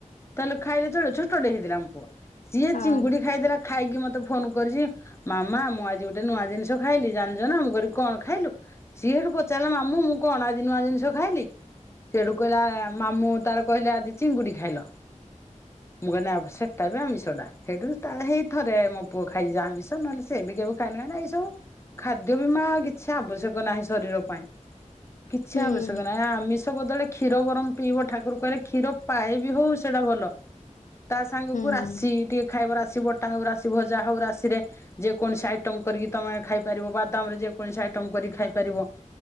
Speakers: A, on the left; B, on the left.
A: ତାହେଲେ ଖାଇଲେ ଚଳିବ ଛୋଟଟେ ହେଇଥିଲା ଆମ ପୁଅ। ସିଏ
B: ହଁ।
A: ଚିଙ୍ଗୁଡି ଖାଇଦେଲା ଖାଇକି ମତେ ଫୋନ କରିଚି। ମାମା ମୁଁ ଆଜି ଗୋଟେ ନୂଆ ଜିନିଷ ଖାଇଲି ଜାଣିଜ ନା। ମୁଁ କଇଲି କଣ ଖାଇଲୁ? ସିଏ ହେଠୁ ପଚାରିଲା ମାମୁଁ ମୁଁ କଣ ଆଜି ନୂଆ ଜିନଷ ଖାଇଲି? ସିଏ ହେଠୁ କହିଲା ମାମୁଁ ତାର କହିଲେ ଆଜି ଚିଙ୍ଗୁଡି ଖାଇଲ। ମୁଁ କହିଲି ନା ସେଟା ବି ଆମିଷ ଟା। ହେଠୁ ତା ହେଇ ଥରେ ମୋ ପୁଅ ଖାଇଚି ଆମିଷ ନହେଲେ ସେ ବି କେବେ ଖାଇନି ଏଇ ସବୁ ଖାଦ୍ୟ ବି ମା କିଛି ଆବଶ୍ୟକ ନାହିଁ ଶରୀର ପାଇଁ। କିଛି
B: ହୁଁ
A: ଆବଶ୍ୟକ ନାହିଁ ଆମିଷ ବଦଳେ କ୍ଷୀ କ୍ଷୀର ବରମ ପିଇବ ଠାକୁ <unintelligible> କହିଲେ କ୍ଷୀର ପାଏ ବି ହଉ ସେଇଟା ଭଲ। ତା ସାଙ୍ଗକୁ
B: ହୁଁ।
A: ରାଶି ଟିକେ ଖାଇବ ରାଶି ବଟା ହଉ ରାଶି ଭଜା ହଉ ରାଶିରେ ଯେକୌଣେସି ଆଇଟମ କରିକି ତମେ ଖାଇପାରିବ ବାଦାମ ରେ ଯେକୌଣେସି ଆଇଟମ କରିକି ଖାଇପାରିବ।